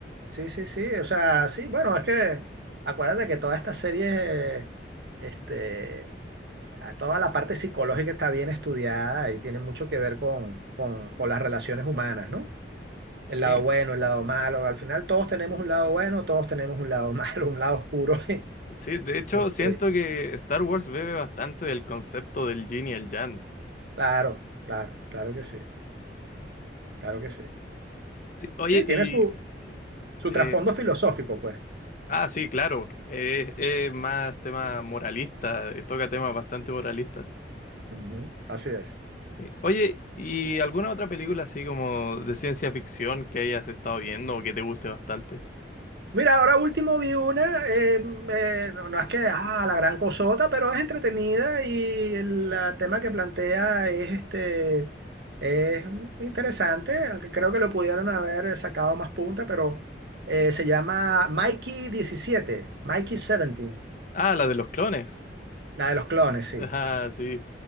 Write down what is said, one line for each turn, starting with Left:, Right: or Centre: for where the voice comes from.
Right: Sí, sí, sí, o sea, sí, bueno, es que acuérdate que toda esta serie, este, a toda la parte psicológica está bien estudiada y tiene mucho que ver con, con, con las relaciones humanas, ¿no? El
Left: sí,
Right: lado bueno, el lado malo, al final todos tenemos un lado bueno, todos tenemos un lado <laughs> malo, un lado oscuro. <laughs>
Left: sí. De hecho,
Right: Este,
Left: siento que Star Wars bebe bastante del concepto del Yin y el Yang.
Right: claro, claro, claro que sí, claro que sí.
Left: Sí, oye,
Right: Sí, tiene
Left: y...
Right: su, su
Left: eh,
Right: trasfondo filosófico, pues.
Left: ah, sí, claro. eh, Es más tema moralista, eh, toca temas bastante moralistas.
Right: Ujú, así es.
Left: Eh, Oye, ¿y alguna otra película así como de ciencia ficción que hayas estado viendo o que te guste bastante?
Right: Mira, ahora último vi una, eh, eh, no, no es que, ah, la gran cosota, pero es entretenida y el ah, tema que plantea es, este, es interesante, aunque creo que lo pudieron haber sacado más punta, pero eh, se llama Mikey diecisiete, Mikey 17,
Left: Ah, la de los clones.
Right: la de los clones,
Left: <laughs>
Right: sí.
Left: Ah, sí.